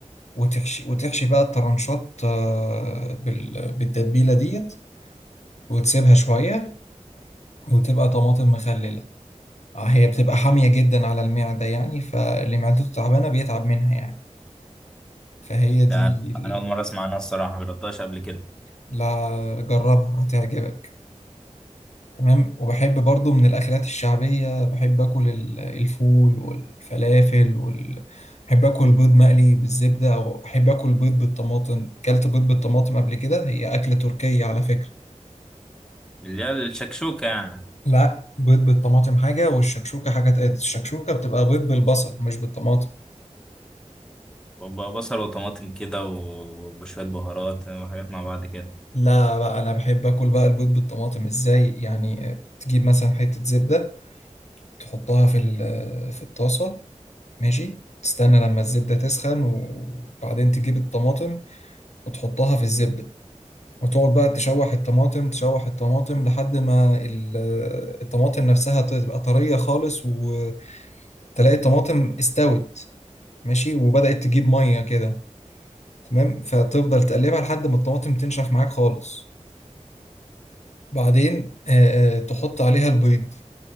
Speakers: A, on the left; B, in the centre.
A: وتحشي وتحشي بقى الترانشات آه، بال- بالتتبيلة ديت وتسيبها شوية وتبقى طماطم مخللة آه، هي بتبقى حامية جدا على المعدة يعني فاللي معدته تعبانة بيتعب منها يعني فهي دي
B: لا أنا
A: ال-
B: أنا أول مرة أسمع عنها الصراحة مجربتهاش قبل كده
A: لا جربها هتعجبك تمام وبحب برضو من الأكلات الشعبية بحب أكل ال- الفول والفلافل وال... بحب أكل بيض مقلي بالزبدة أو أحب أكل بيض بالطماطم أكلت بيض بالطماطم قبل كده هي أكلة تركية على فكرة
B: اللي هي الشكشوكة يعني
A: لا بيض بالطماطم حاجة والشكشوكة حاجة تقل. الشكشوكة بتبقى بيض بالبصل مش بالطماطم
B: وبقى بصل وطماطم كده و- وشوية بهارات وحاجات مع بعض كده
A: لا بقى أنا بحب أكل بقى البيض بالطماطم إزاي يعني آه، تجيب مثلا حتة زبدة تحطها في ال- في الطاسة ماشي تستنى لما الزبدة تسخن وبعدين تجيب الطماطم وتحطها في الزبدة وتقعد بقى تشوح الطماطم تشوح الطماطم لحد ما ال- آه، الطماطم نفسها تبقى طرية خالص وتلاقي الطماطم استوت ماشي وبدأت تجيب مية كده تمام فتفضل تقلبها لحد ما الطماطم تنشف معاك خالص بعدين آه، آه، تحط عليها البيض